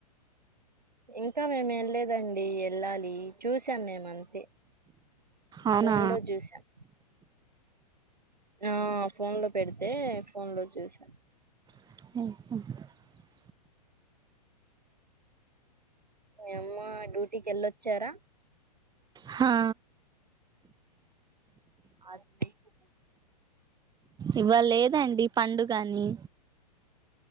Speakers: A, on the right; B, on the right.
A: ఇంకా మేము వెళ్లేదండి ఎళ్ళాలి చూసాం మేము అంతే
B: అవునా
A: ఫోన్ లో చూసాం ఆ ఫోన్ లో పెడితే ఫోన్ లో చూసాను
B: ఇక
A: మీ అమ్మ డ్యూటీకి వెళ్ళొచ్చారా
B: హా
A: ఆజ మీ కబూ
B: ఇవా లేదండి పండుగని